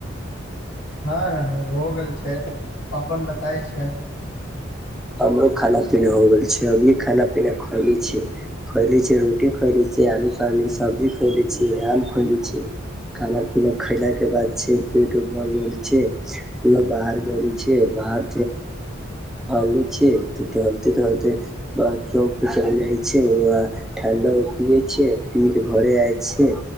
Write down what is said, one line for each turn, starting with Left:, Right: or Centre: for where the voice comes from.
Left: हँ हो गेल छै अपन बताय छै
Centre: हमरो खाना पीना भ गेल छै अभी खाना पीना खली छी खायलै छी रोटी खाएलै छी आलू सुआबीन सब्जी खायलै छी आम खएले छियै खाना पीना खैला के बाद जे छै पेट भरि गेल छै पुरे बाहर करैय छिये बाहर <unintelligible> छिये तऽ टहलते टहलते बस चौक पे चलि जाइ छै ओआ ठण्डा एगो पियै छै पीक घरे आय छै